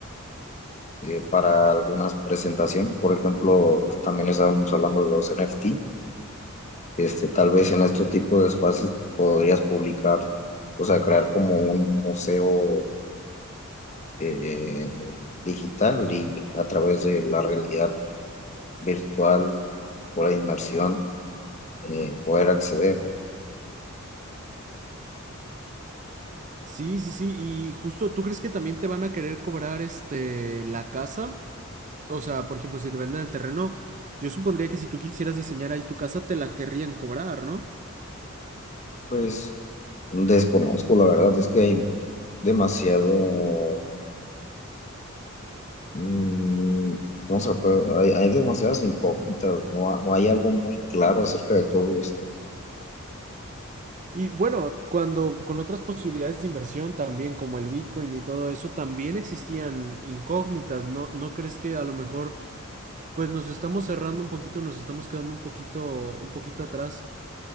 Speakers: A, on the left (about 35°); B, on the right (about 35°).
A: eh, para algunas presentaciones. Por ejemplo, también estábamos hablando de los NFT. Este, tal vez en este tipo de espacios podrías publicar, o sea, crear como un museo eh, digital y a través de la realidad virtual o la inmersión eh, poder acceder.
B: Sí, sí, sí, y justo, ¿tú crees que también te van a querer cobrar este la casa? O sea, por ejemplo, si te venden el terreno, yo supondría que si tú quisieras diseñar ahí tu casa, te la querrían cobrar, ¿no?
A: Pues desconozco, la verdad es que hay demasiado. Mm, no sé, pero hay, hay demasiadas incógnitas, no, ha- no hay algo muy claro acerca de todo esto.
B: Y bueno, cuando con otras posibilidades de inversión también, como el Bitcoin y todo eso, también existían incógnitas, ¿no? ¿No crees que a lo mejor pues nos estamos cerrando un poquito, nos estamos quedando un poquito, un poquito atrás?